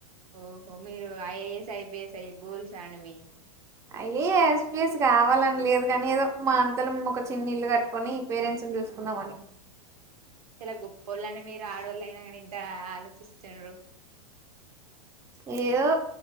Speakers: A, on the right; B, on the right.
A: ఓహో మీరు ఐఐఎస్ ఐపిఎస్ అయ్యే గోల్స్ అండి మీ
B: అయ్యఎస్ ఎస్పిఎస్ కావాలని లేదు గని ఏదో మా అంతలో ఒక చిన్న ఇల్లు కట్టుకొని పేరెంట్స్ ని చూసుకుందామని
A: హమ్ ఆచాల గోపిల్లు అండి మీ అడోలైన ఇంతా ఆలోచిస్తుర్రూ
B: ఏదో